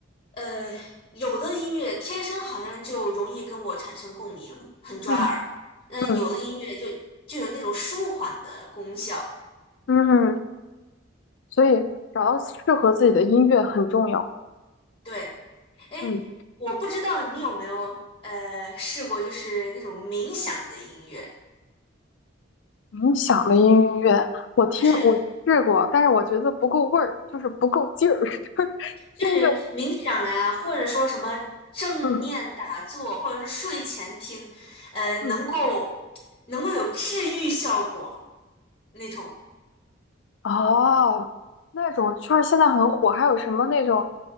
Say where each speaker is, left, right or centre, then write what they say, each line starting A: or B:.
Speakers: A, on the left; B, on the left.
A: 呃，有的音乐天生好像就容易跟我产生共鸣，很抓耳。
B: 嗯
A: 嗯，
B: 嗯
A: 有的音乐就就有那种舒缓的功效。
B: 嗯。所以找到适合自己的音乐很重要。
A: 对，哎，
B: 嗯，
A: 我不知道你有没有呃试过，就是那种冥想的音乐，
B: 冥想的音乐，我听我试过，
A: 就是
B: 但是我觉得不够味儿，就是不够劲儿，<laughs> 就是听个
A: 就是冥想呀、或者说什么正念打坐，
B: 嗯
A: 或者是睡前听，呃，
B: 嗯
A: 能够能够有治愈效果那种。
B: 哦，那种圈儿现在很火，还有什么那种